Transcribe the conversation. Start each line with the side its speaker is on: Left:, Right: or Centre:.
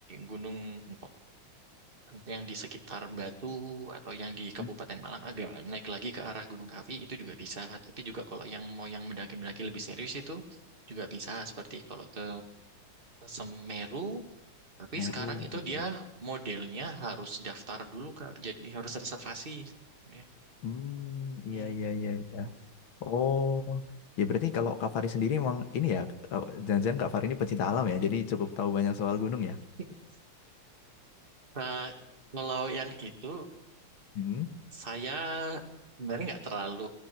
Right: gunung entah yang di sekitar Batu atau yang di Kabupaten
Left: Hmm.
Right: Malang agak naik lagi ke arah Gunung Kawi itu juga bisa. Tapi juga kalau yang mau yang mendaki-mendaki lebih serius itu juga bisa seperti kalau ke Semeru tapi
Left: Meru
Right: sekarang itu
Left: gitu.
Right: dia modelnya harus daftar dulu, Kak. Jadi harus reservasi. Ya.
Left: Hmm
Right: Hmm.
Left: iya iya iya iya.
Right: Oh.
Left: Oh ya berarti kalau Kak Fari sendiri emang ini ya, eh, jangan-jangan Kak Fari ini pecinta alam ya, jadi cukup tahu banyak soal gunung
Right: <laughs>
Left: ya.
Right: Nah, kalau yang itu
Left: Hmm.
Right: saya sebenarnya nggak terlalu